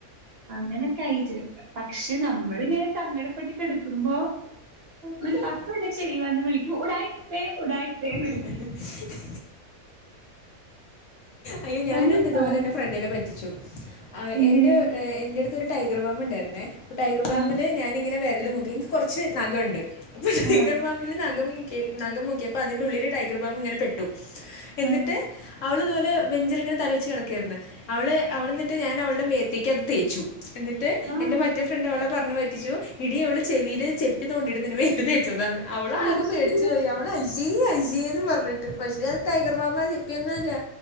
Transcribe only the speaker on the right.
അങ്ങനെ ക്കഴിച് പക്ഷെ നമ്മൾ ഇങ്ങനെ സങ്കടപ്പെട്ട് കെട്ക്കുമ്പോ ഒരു
പത്ത് വട്ടം ചെവി വന്ന് വിളിക്കും ഉടായിപ്പേ ഉടായിപ്പേന്ന്
ഒന്നും പ
എന്തിന്?
ആ
ആ
ആ
ആഹ്
പക്ഷേ